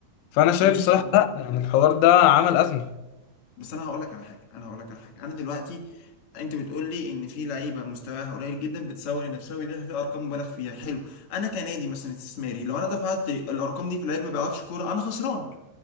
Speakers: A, on the left; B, on the left.
A: فانا شايف
B: مش
A: بصراحه
B: انا معاك.
A: لا يعني الحوار ده عمل ازمه
B: بس انا هقول لك على حاجه انا هقول لك على حاجه انا دلوقتي انت بتقول لي ان في لعيبه مستواها قليل جدا بتسوق لنفسها ويدفع في ارقام مبالغ فيها حلو انا كنادي مثلا استثماري لو انا دفعت الارقام دي في لعيب ما بيعرفش كوره انا خسران